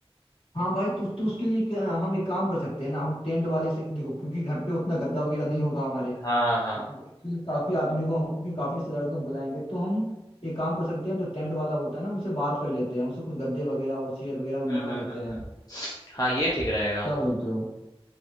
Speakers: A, on the left (about 65°); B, on the left (about 35°).
A: हाँ भाई तो, तो उसके लिए क्या हम एक काम कर सकते हैं ना हम टेंट वाले से देखो क्योंकि घर पे उतना गद्दा वगैरह नहीं होगा हमारे
B: हाँ, हाँ, हाँ।
A: क्योंकि काफी आदमी को क्योंकि काफी रिश्तेदारों को हम बुलाएंगे तो हम एक काम कर सकते हैं हम जो टेंट वाला होता है ना उनसे बात कर लेते हैं उनसे कुछ गद्दे वगैरह और चेयर वगैरह भी
B: हुँ,
A: मंगा
B: हुँ,
A: लेते
B: हुँ,
A: हैं
B: हुँ। हाँ, ये ठीक रहेगा।
A: क्या बोलते हो